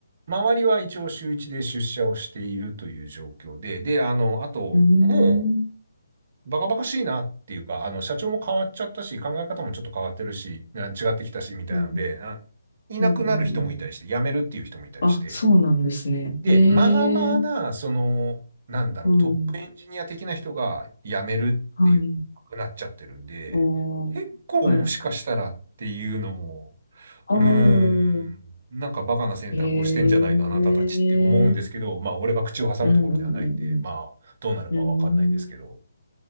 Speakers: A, on the right; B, on the left.
A: 周りは一応週一で出社をしているという状況で、で、あの、あと、
B: うーん。
A: もう、バカバカしいなっていうか、あの、社長も変わっちゃったし、考え方もちょっと変わってるし、な違ってきたし、みたいなので、
B: うん
A: あいなくなる人もいたりして、
B: うんうん。うんうんうん。
A: 辞めるっていう人もいたりして、
B: あ、そうなんですね。
A: で、
B: へえ
A: まあまあな、その、なんだろう、
B: うん。
A: トップエンジニア的な人が辞めるっていう、
B: はい。
A: なくなっちゃってるんで、
B: ああ、
A: 結構もしかしたらっていうのも、
B: はい。ああ、
A: うーん、なんかバカな選択をしてんじゃないの、
B: へえ
A: あなたたちって思うんですけど、まあ俺が口を挟むところではないんで、
B: うんうん
A: まあどうなるかはわかんないんですけど、
B: うんうん。うん。